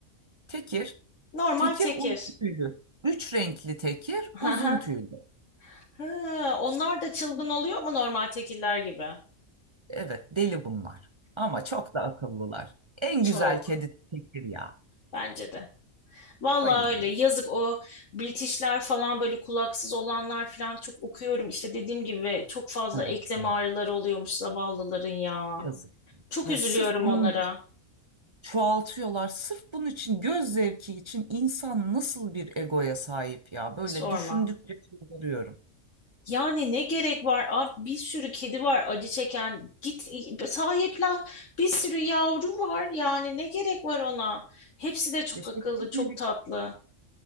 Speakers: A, on the right; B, on the left.
A: Tekir,
B: Normal
A: tekir
B: tekir.
A: uzun tüylü. Üç renkli tekir
B: <laughs>
A: uzun
B: Haha.
A: tüylü.
B: Ha, onlar da çılgın oluyor mu normal tekiller gibi?
A: Evet deli bunlar ama çok da akıllılar. En
B: Çok
A: güzel kedi tekir ya.
B: bence de. Vallahi
A: Bayılıyorum.
B: öyle. Yazık o British'ler falan böyle kulaksız olanlar falan çok okuyorum. İşte dediğim gibi çok fazla
A: Evet
B: eklem
A: ya.
B: ağrıları oluyormuş zavallıların ya.
A: Yazık.
B: Çok
A: Evet,
B: üzülüyorum
A: sırf bunun
B: onlara.
A: çoğaltıyorlar. Sırf bunun için göz zevki için insan nasıl bir egoya sahip ya? Böyle
B: Sorma.
A: düşündükçe çıldırıyorum.
B: Yani ne gerek var abi bir sürü kedi var acı çeken git sahiplen bir sürü yavru var yani ne gerek var ona hepsi de çok
A: Ya Şekilcilik.
B: akıllı çok tatlı